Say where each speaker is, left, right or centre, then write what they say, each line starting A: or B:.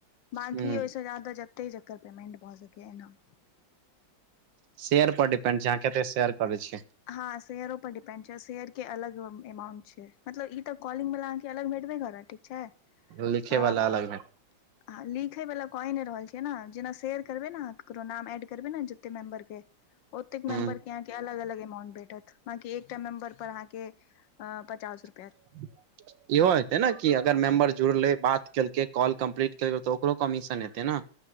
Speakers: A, on the left; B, on the right.
A: बाकि
B: ह
A: ओहिसँ जादा जते चकर पेमंट भऽ सकैए एनम
B: शेयर पर डिपेंड छै अहाँ कते शेयर करै छियै
A: हँ शेयरो पर डिपेंड छै शेयर केँ अलग अमाउंट छै मतलब ई तऽ कॉलिंग वला अहाँ केँ अलग भेटबे करत ठीक छै
B: लिखे
A: आ
B: बला अलग है
A: लिखे वाला कए नऽ रहल छियै नऽ जेना शेयर करबे नऽ ककरो नाम एड करबे नऽ जते मेम्बर केँ औतेक
B: ह
A: मैंबर कऽ अलग अलग ए माउंट भेटत बाकी एक टा मेंबर पर अहाँ केँ <inaudible> पचास रु
B: <inaudible> इहो हेते नऽ कि अगर मेम्बर जुड़ले बात केलकै कॉल कम्प्लीट केलकै ओकरो कमीशन हेतै न